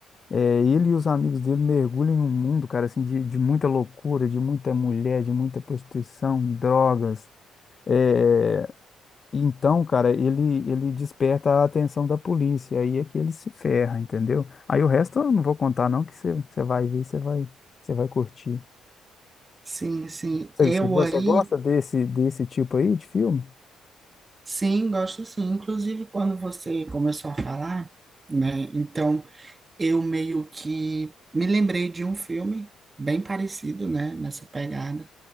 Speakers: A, on the left; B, on the right.
A: É, ele e os amigos dele mergulham em um mundo, cara, assim, de, de muita loucura, de muita mulher, de muita prostituição, drogas. É, então, cara, ele, ele desperta a atenção da polícia, aí é que ele se ferra, entendeu? Aí o resto eu não vou contar não, que você você vai ver, você vai, você vai curtir.
B: Sim, sim.
A: Você,
B: Eu
A: você go-
B: aí,
A: você gosta desse, desse tipo aí de filme?
B: sim, gosto sim. Inclusive, quando você começou a falar, né? Então, eu meio que me lembrei de um filme bem parecido, né? Nessa pegada,